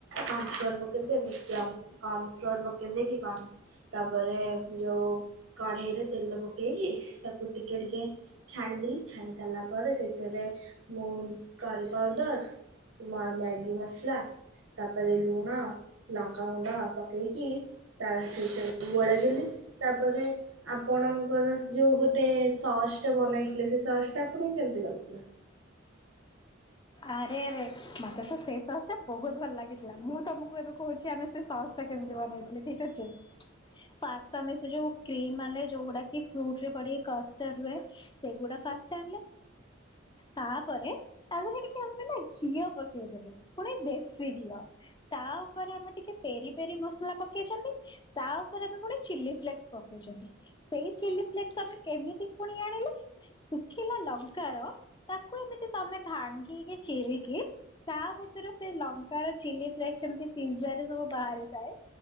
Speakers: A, on the right (about 85°); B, on the left (about 25°).
A: କର୍ନଫ୍ଲୋର୍। <inaudible> କନ ଫ୍ଲୋର ପକେଇଦେଇ କି ତାପରେ ଯୋଉ କଢେଇରେ ତେଲ ପକେଇକି ତାକୁ ଟିକେ ଟିକେ। ଛାଣିଦେଲି ଛାଣି ସାରିଲା ପରେ ସେଥିରେ ମୁଁ କରି ପାଉଡର। ମା ମ୍ୟାଗି ମସଲା। ତାପରେ ଲୁଣ ଲଙ୍କାଗୁଣ୍ଡ ପକେଇକି ତା ସେଇଥି ଗୋଲେଇ ଦେଲି ତାପରେ। ଆପଣଙ୍କର ଯୋଉ ଗୋଟେ ସସ୍ ଟେ ବନେଇଥିଲେ ସେ ସସ୍ ଟା ଆପଣଙ୍କୁ କେମିତି ଲାଗୁଥିଲା।
B: ଆରେ ଆରେ ମତେ ତ ସେ ସସ୍ ବହୁତ ଭଲ ଲାଗିଥିଲା ମୁଁ ତମକୁ ଏବେ କହୁଛି ଆମେ ସେ ସସ୍ ଟା କେମିତି ବନେଇଥିଲେ ଠିକ ଅଛି। ପାସ୍ତା ମିଶି ସେ ଯୋଉ କ୍ରିମ ଆଣେ ଯୋଉ ଗୁଡା କି ଫ୍ରୁଟ ରେ ପଡିକି କଷ୍ଟର୍ଡ ହୁଏ। ସେଗୁଡା ଫାଷ୍ଟ ଆଣିଲେ, ତାପରେ ତାଦେହ ରେ କୁ ଆମେ ନା ଘିଅ ପକେଇ ଦେଲେ ପୁଣି ଦେଶୀ ଘିଅ। ତା ଉପରେ ଆମେ ଟିକେ ପେରି ପେରି ମସଲା ପକେଇଛନ୍ତି। ତା ଉପରେ ବି ପୁଣି ଚିଲି ଫ୍ଲେକ୍ସ ପକେଇଛନ୍ତି। ସେଇ ଚିଲି ଫ୍ଲେକ୍ସ ଆମେ କେମିତି ପୁଣି ଆଣିଲେ। ଶୁଖିଲା ଲଙ୍କାର ତାକୁ ଏମିତି ତମେ ଭାଙ୍ଗିକି ଚିରିକି। ତା ଭିତରେ ସେ ଲଙ୍କାର ଚିଲି ଫ୍ଲେସ ସେମିତି ପିଜ୍ଜା ରେ ସବୁ ବାହାରିଥାଏ।